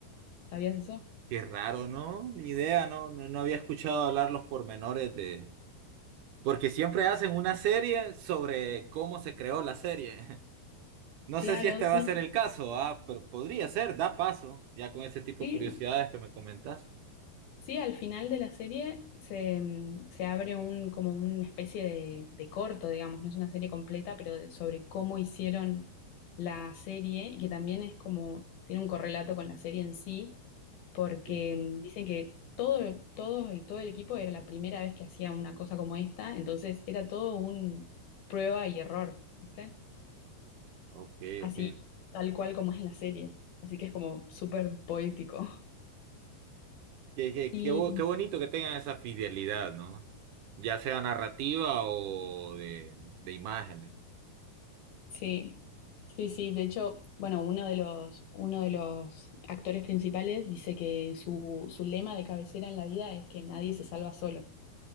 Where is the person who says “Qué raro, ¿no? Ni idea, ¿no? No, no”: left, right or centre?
Right